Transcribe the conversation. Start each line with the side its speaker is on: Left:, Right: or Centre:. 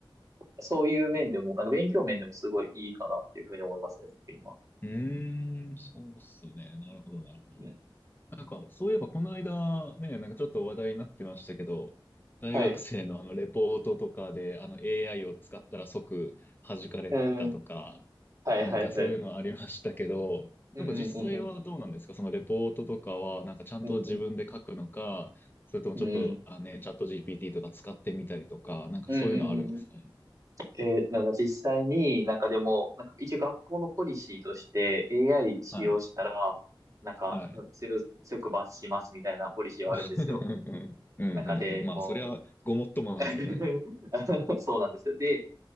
Right: そういう面でも、なんか勉強面でもすごいいいかなっていうふうに思いますね、僕今。
Left: うーん、そうっすね。なるほどなるほど。
Right: うん。
Left: なんかそういえばこの間ね、なんかちょっと話題になってましたけど、大学生のあのレポートとかであの
Right: はい。
Left: AI を使ったら即弾かれたとか、
Right: うん。はいはいはい。
Left: なんかそういうのはありましたけど、
Right: うんうんうん
Left: なんか実際はどうなんですかそのレポートとかは、なんかちゃんと自分で書くのか、
Right: うん。うんうん。
Left: それともちょっと、
Right: うんうん。
Left: あ、ね、チャット GPT とか使ってみたりとか、なんかそういうのあるんですか
Right: うんうんうんえーなんか実際になんかでも、なんか一応学校のポリシーとして AI 使用したら、
Left: はい。
Right: なんか強、
Left: はい。
Right: 強く罰しますみたいなポリシーはあるんですよ。
Left: <laughs> うんうんうん。
Right: 中でも
Left: まあ、そりゃ、ごもっともなんですけどね。
Right: う <laughs> そうなんですよ。で、